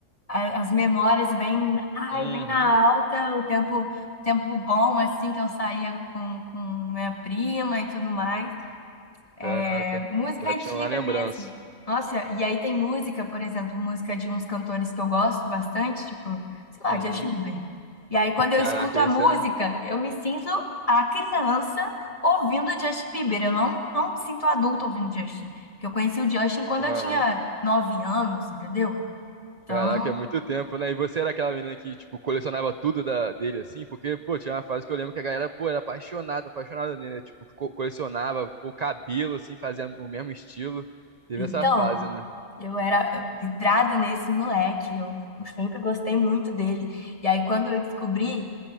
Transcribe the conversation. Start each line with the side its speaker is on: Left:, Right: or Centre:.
Left: a- as memórias vêm, ai,
Right: uhum,
Left: vem na alta, o tempo, tempo bom, assim, que eu saía com, com minha prima e tudo mais. É
Right: caraca.
Left: música
Right: Bati
Left: antiga
Right: uma lembrança.
Left: mesmo. Nossa, e aí tem música, por exemplo, música de uns cantores que eu gosto bastante, tipo, sei lá,
Right: Uhum.
Left: Justin Bieber. E aí quando eu
Right: Caraca,
Left: escuto a
Right: esse
Left: música,
Right: é.
Left: eu me sinto a criança ouvindo Justin Bieber. Eu não, não me sinto adulta ouvindo Justin, porque eu conheci o Justin quando
Right: Aham.
Left: eu tinha nove anos, entendeu? Então,
Right: Caraca, é muito tempo, né? E você era aquela menina que, tipo, colecionava tudo da, dele, assim? Porque, pô, tinha uma fase que eu lembro que a galera, pô, era apaixonada, apaixonada nele, né? Tipo, co- colecionava o cabelo, assim, fazia o mesmo estilo. Teve
Left: então,
Right: essa fase, né?
Left: eu era eu- vidrada nesse moleque, eu sempre gostei muito dele. E aí, quando eu descobri